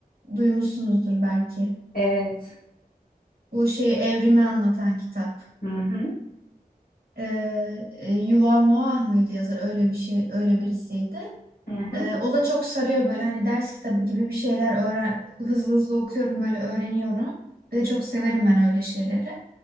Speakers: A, on the right; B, on the left.
A: duymuşsunuzdur belki.
B: Evet.
A: Bu şeyi evrimi anlatan kitap.
B: Hı hı,
A: E, e, Yuval Noah mıydı yazar? Öyle bir şey, öyle birisiydi.
B: hı hı.
A: Ee, o da çok sarıyor böyle hani ders kitabı gibi bir şeyler öğren hızlı hızlı okuyorum böyle öğreniyorum. Bir de çok severim ben öyle şeyleri.